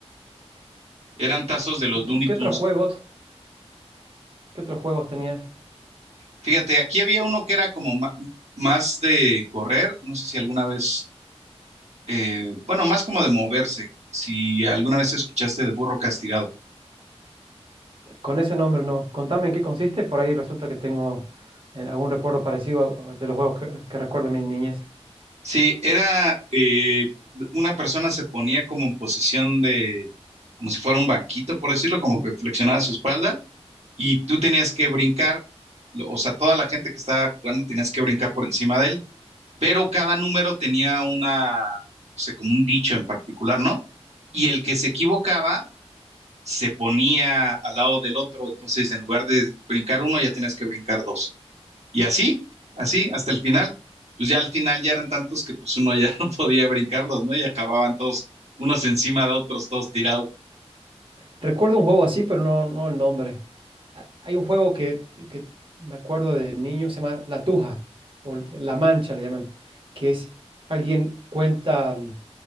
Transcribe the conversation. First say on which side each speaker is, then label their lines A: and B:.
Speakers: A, on the right (about 75°); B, on the right (about 50°).
A: Eran tazos de los
B: ¿Y qué,
A: Looney
B: qué
A: Tunes.
B: otros juegos? ¿Qué otros juegos tenías?
A: Fíjate, aquí había uno que era como ma- más de correr, no sé si alguna vez, eh, bueno, más como de moverse, si alguna vez escuchaste de burro castigado.
B: Con ese nombre no. Contame en qué consiste. Por ahí resulta que tengo eh, algún recuerdo parecido a- de los juegos que, que recuerdo de mi niñez.
A: Sí, era eh, una persona se ponía como en posición de, como si fuera un banquito, por decirlo, como que flexionaba su espalda y tú tenías que brincar, lo- o sea, toda la gente que estaba jugando tenías que brincar por encima de él, pero cada número tenía una, o sea, como un dicho en particular, ¿no? Y el que se equivocaba se ponía al lado del otro, entonces en lugar de brincar uno, ya tenías que brincar dos. Y así, así, hasta el final. Pues ya al final ya eran tantos que pues uno ya <laughs> no podía brincarlos, ¿no? Y acababan todos unos encima de otros, todos tirados.
B: Recuerdo un juego así, pero no, no el nombre. Ha- Hay un juego que, que me acuerdo de niño, se llama La Tuja, o La Mancha le llaman, que es alguien cuenta, mm,